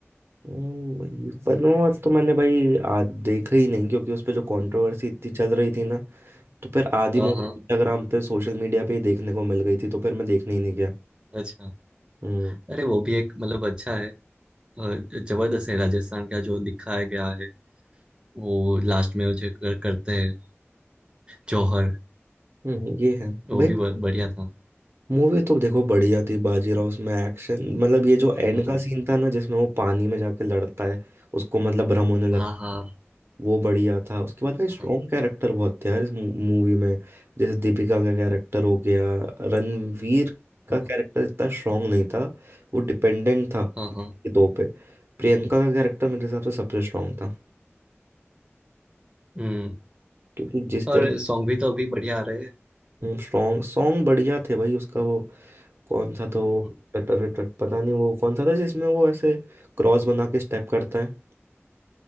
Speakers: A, on the right; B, on the right.
A: हम्म, भाई पद्मावत तो मैंने भाई आज देखा ही नहीं क्योंकि उस पे जो कंट्रोवर्सी इतनी चल रही थी ना तो फिर आधी
B: हाँ
A: मूवी
B: हाँ
A: इंस्टाग्राम पे सोशल मीडिया पे ही देखने को मिल गई थी तो फिर मैं देखने ही नहीं गया
B: अच्छा
A: हम्म
B: अरे वो भी एक मतलब अच्छा है अ, जबरदस्त है राजस्थान का जो दिखाया गया है वो लास्ट में वो जो कर, करते हैं जौहर
A: हम्म, ये है
B: वो
A: भाई
B: भी ब- बढ़िया था
A: मूवी तो देखो बढ़िया थी बाजीराव उसमें एक्शन मतलब ये जो एंड
B: हाँ
A: का सीन था ना जिसमें वो पानी में जाके लड़ता है उसको मतलब भ्रम होने लगता
B: हाँ
A: है
B: हाँ
A: वो बढ़िया था उसके बाद भाई स्ट्रॉन्ग
B: हाँ
A: कैरेक्टर बहुत थे यार इस मूवी में जैसे दीपिका का कैरेक्टर हो गया रणवीर का
B: हाँ
A: कैरेक्टर इतना स्ट्रांग नहीं था वो डिपेंडेंट था
B: हाँ, हाँ,
A: ये दो पे प्रियंका का कैरेक्टर मेरे हिसाब से सबसे स्ट्रांग था
B: हम्म
A: क्योंकि जिस
B: और
A: तरीके
B: सॉन्ग भी तो अभी बढ़िया आ रहे हैं
A: स्ट्रांग सॉन्ग बढ़िया थे भाई उसका वो कौन सा था वो
B: हम्म,
A: टटर टट पता नहीं वो कौन सा था जिसमें वो ऐसे क्रॉस बना के स्टेप करता है